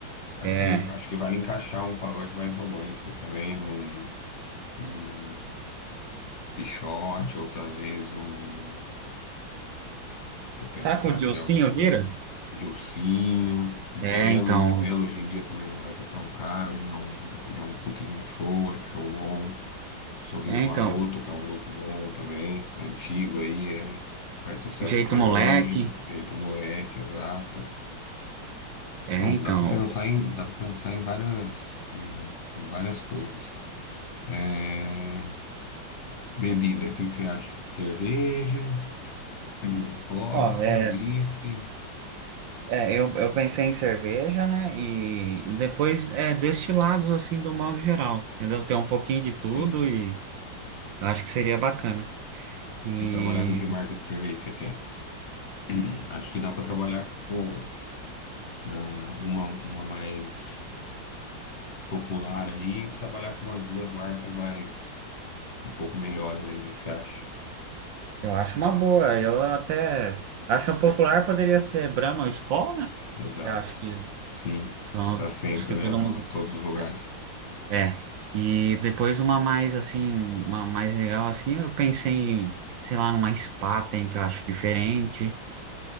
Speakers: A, on the left; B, on the right.
A: Acho
B: é
A: que, acho que vale encaixar um pagode mais romântico aí também, um, um Pixote, ou talvez um. Deixa eu pensar
B: Será que o Dilcinho
A: aqui, alguma coisa.
B: vira?
A: Dilsinho, Belo.
B: É, então.
A: O Belo hoje em dia também não vai estar tão caro, e é um, e é um puta de um show, é show bom. Sorriso
B: É,
A: Maroto,
B: então.
A: que é um grupo bom também, antigo aí, é, faz sucesso
B: Jeito
A: até
B: moleque.
A: hoje. Jeito Moleque, exato.
B: É,
A: Bom,
B: então.
A: dá pra pensar em, dá para pensar em várias, em, em várias coisas. É, bebida, o que que você acha? Cerveja, <clears throat> vodka,
B: Ó, é,
A: whisky,
B: é, eu, eu pensei em cerveja, né? E, e depois é, destilados, assim, do modo geral, entendeu? Tem um pouquinho de tudo
A: entendi.
B: e eu acho que seria bacana. E
A: E trabalhar com que marca de cerveja você quer? <clears throat> Acho que dá pra trabalhar, tipo, da, uma, uma mais popular aí, e trabalhar com umas duas marcas mais um pouco melhores aí. O que que você acha?
B: eu acho uma boa. Eu até acho um popular poderia ser Brahma ou Skol, né?
A: Exato.
B: Que eu acho que
A: Sim.
B: são
A: Tá sempre,
B: os que
A: né?
B: todo
A: Nos
B: mundo.
A: todos os lugares.
B: é, É, e depois uma mais assim, uma mais legal assim, eu pensei em, sei lá, numa Spaten que eu acho diferente,